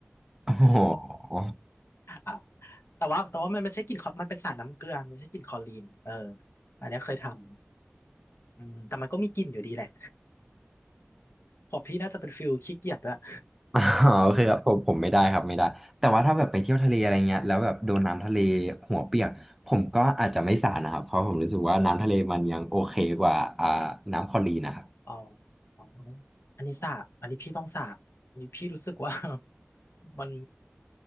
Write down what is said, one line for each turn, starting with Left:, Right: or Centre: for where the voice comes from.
Centre: โอ้โห
Left: อ่ะแต่ว่าแต่ว่ามันไม่ใช่กลิ่นคอมันเป็นสารน้ำเกลือมันไม่ใช่กลิ่นคลอรีนเอออันเนี้ยเคยทำอืมแต่มันก็มีกลิ่นอยู่ดีแหละของพี่น่าจะเป็นฟิลขี้เกียจด้วย
Centre: <laughs> อ๋อโอเคครับผมผมไม่ได้ครับไม่ได้แต่ว่าถ้าแบบไปเที่ยวทะเลอะไรเงี้ยแล้วแบบโดนน้ำทะเลหัวเปียกผมก็อาจจะไม่สานะครับเพราะผมรู้สึกว่าน้ำทะเลมันยังโอเคกว่าอ่าน้ำคลอรีนนะครับ
Left: อ๋ออ๋ออันนี้สระอันนี้พี่ต้องสระอันนี้พี่รู้สึกว่า <laughs> มัน